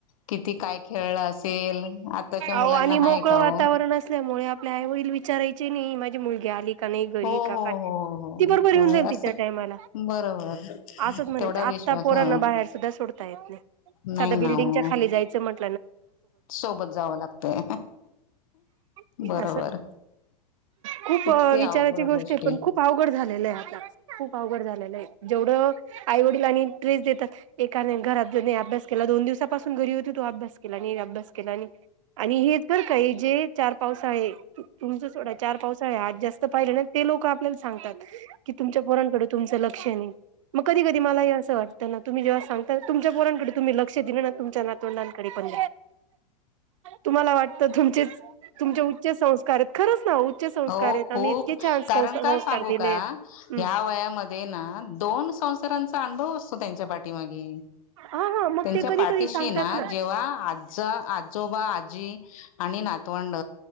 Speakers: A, on the left; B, on the right.
A: किती काय खेळलं असेल आताच्या मुलांना
B: आओ आणि मोकळ
A: हाय का हो
B: वातावरण असल्यामुळे आपले आई वडील विचारायचे चे नाही माझी मुलगी आली का नाही घरी
A: हो
B: का
A: हो
B: काय
A: हो
B: ती
A: हो
B: बरोबर येऊन
A: हो
B: जाईल तिच्या
A: असं
B: टाईमाला
A: बरोबर
B: असच म्हणत
A: तेवढा
B: आत्ता
A: विश्वास
B: पोरांना
A: ह
B: बाहेर सुद्धा सोडता येत नाही.
A: नाही
B: साधा बिल्डिंगच्या
A: ना हो
B: खाली जायचं म्हटल
A: सोबत जावं लागतय
B: लागत
A: बरोबर.
B: असं खूप
A: किती
B: विचाराची
A: अवघड
B: गोष्ट
A: गोष्टी
B: आहे पण खूप अवघड झालेलं आहे. खूप अवघड झालेलं आहे जेवढं आई वडील आणि ट्रेस देतात एकाने घरात अभ्यास केला दोन दिवसापासून घरी होती तू अभ्यास केला नाही अभ्यास अभ्यास केला नाही आणि हेच बर का हे जे चार पावसाळे. तुमच सोडा चार पावसाळे आज जास्त पाहिले ना ते लोक आपल्याला सांगतात. कि तुमच्या पोरांकड तुमचं लक्ष नाही मग कधी कधी मला हे असं वाटतं. त्यांना तुम्ही जेव्हा सांगता तुमच्या पोरांकडे तुम्ही लक्ष दिलं ना तुमच्या नातवंडांकडे पण तुम्हाला वाटत तुमचे तुमच्या उच्च संस्कार आहेत खरंच. ना उच्च संस्कार
A: हो
B: आहेत आम्ही
A: खूप
B: इतके छान संस
A: कारण
B: संस्कार
A: का सांगू
B: दिलेत.
A: का
B: हम्म
A: ह्या वयामध्ये ना दोन संसाराचा अनुभव असतो त्यांच्या पाठीमागे.
B: हा हा मग
A: त्यांच्या
B: ते कधी
A: पाठीशीना
B: कधी सांगतात ना.
A: जे आजा आजोबा आजी आणि नातवंड